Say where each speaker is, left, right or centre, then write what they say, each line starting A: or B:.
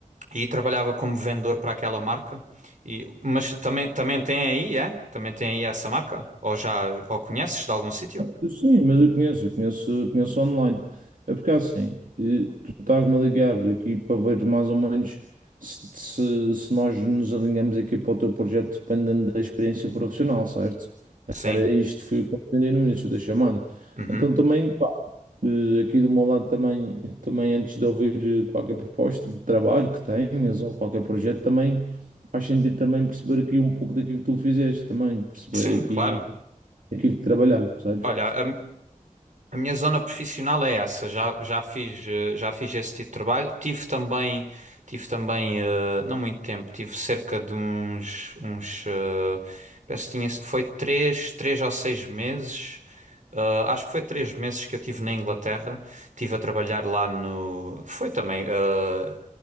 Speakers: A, on the right (about 65°); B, on the right (about 80°).
A: e trabalhava como vendedor para aquela marca. E, mas também, também tem aí, é? Também tem aí essa marca? Ou já ou conheces de algum sítio?
B: Eu Sim, mas eu conheço, eu conheço, conheço online. É porque assim, eh, tu estás-me a ligar aqui para ver mais ou menos se, se, se nós nos alinhamos aqui para o teu projeto dependendo da experiência profissional, certo?
A: Sim.
B: Era isto, foi o que eu entendi no início da chamada.
A: Uhum.
B: Então também, pá, eh, aqui do meu lado também, também antes de ouvir eh, qualquer proposta de trabalho que tenhas ou qualquer projeto, também faz sentido também perceber aqui um pouco daquilo que tu fizeste também, perceber
A: Sim,
B: aqui
A: claro.
B: aquilo que trabalhaste, sabes?
A: Olha, a, a minha zona profissional é essa. Já, já fiz, eh, já fiz esse tipo de trabalho. Tive também, tive também, eh, não muito tempo, tive cerca de uns, uns, eh, penso que tinha, foi três, três ou seis meses Uh, acho que foi três meses que eu tive na Inglaterra. Tive a trabalhar lá no. Foi também. uh,